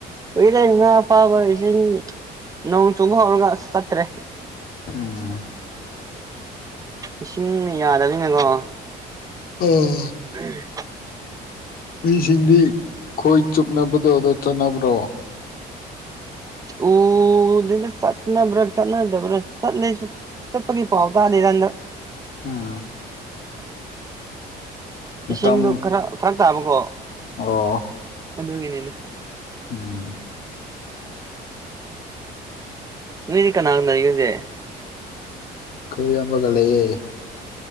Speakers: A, on the right; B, on the left.
A: ꯀꯨꯏꯔꯦ ꯉꯥ ꯐꯥꯕꯁꯤ ꯅꯣꯡ ꯆꯨꯕ ꯍꯧꯔꯒ ꯆꯠꯇꯔꯦ
B: ꯎꯝ
A: ꯏꯁꯤꯡ ꯌꯥꯗꯃꯤꯅꯀꯣ
B: ꯑꯣ
A: ꯎꯝ
B: ꯃꯤꯁꯤꯡꯗꯤ ꯈꯣꯏ ꯆꯣꯞꯅꯕꯗꯣ ꯑꯗꯣ ꯆꯠꯅꯕ꯭ꯔꯣ
A: ꯎꯗꯦꯗ ꯆꯠꯅꯕ꯭ꯔ ꯆꯠꯅꯗ꯭ꯔ ꯆꯠꯇꯦ ꯑꯩꯁꯨ ꯆꯠꯄꯒꯤ ꯄꯥꯎ ꯇꯥꯗꯦꯗ ꯍꯟꯗꯛ
B: ꯎꯝ ꯃꯇꯝ
A: ꯏꯁꯤꯡꯗꯣ ꯈꯔ ꯐꯔꯛ ꯇꯥꯕꯀꯣ
B: ꯑꯣ
A: ꯑꯗꯨꯒꯤꯅꯤꯅꯦ
B: ꯎꯝ
A: ꯅꯣꯏꯗꯤ ꯀꯅꯥꯒ ꯂꯩꯒꯦ ꯍꯧꯖꯤꯛ
B: ꯑꯩꯈꯣꯏ ꯏꯌꯥꯝꯕꯒ ꯂꯩꯌꯦ